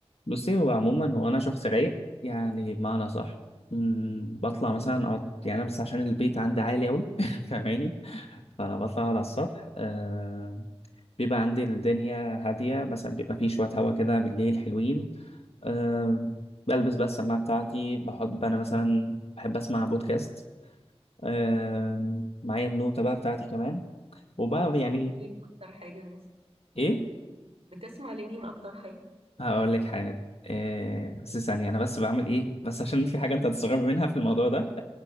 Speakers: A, on the left; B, on the right.
A: بصي هو عموما هو انا شخص رايق يعني بمعنى صح أمم، بطلع مثلا اقعد يعني انا بس عشان البيت عندي عالي قوي <laughs> فاهماني فانا بطلع أقعد على السطح آه بيبقى عندي الدنيا هاديه مثلا بيبقى فيه شويه هوا كده بالليل حلوين آه بلبس بقى السماعه بتاعتي بحب انا مثلا بحب اسمع بودكاست آه معايا النوتة بقى بتاعتي كمان وبقى
B: بتسمع
A: يعني
B: ايه اكتر حاجة مثلا
A: ايه
B: بتسمع لمين اكتر حاجة
A: هقول لك حالا إيه بس ثانية أنا بس بعمل إيه بس عشان في حاجة أنت هتستغرب منها في الموضوع ده